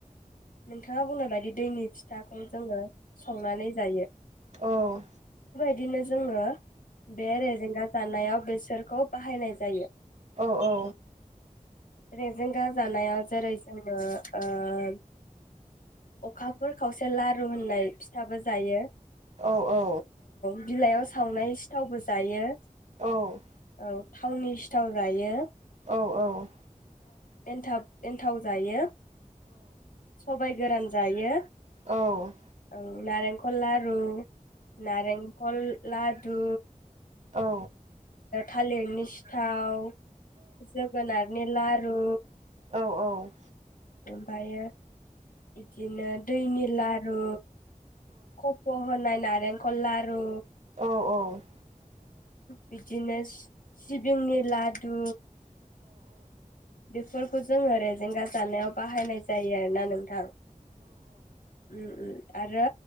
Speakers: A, on the left (about 85°); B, on the right (about 55°).
A: नोंथाङा बुंनाय बायदि दैनि फिथाखौ जोङो संनानै जायो
B: औ
A: दिनो जोङो बे रेजेंगा जानायाव बेसोरखौ बाहायनाय जायो।
B: औ औ।
A: रेजें गा जानाया जेरै जोङो ओ अखाफोर खावसे लारु होननाय फिथाबो जायो।
B: औ औ।
A: बिलाइआव सावनाय सि थावबो जायो।
B: औ।
A: औ थावनि सिथाव जायो।
B: औ औ।
A: एन्थाब एन थाव जायो सब सबाय गोरान जायो।
B: औ।
A: औ नारेंखल लारु नारेंखल लाद दु
B: औ।
A: थालिरनि सिथाव जोगोनारनि ला रु
B: औ औ
A: ओमफ्रायो बिदि बिदिनो दैनि लारु खफ' होनाय नार लेंखर लारु
B: औ औ
A: बिदिनोस सिबिंनि लादु बेफोरखौ जोङो रेजेंगा जानायाव बाहायनाय जायो आरोना नोंं थां उम उम आरो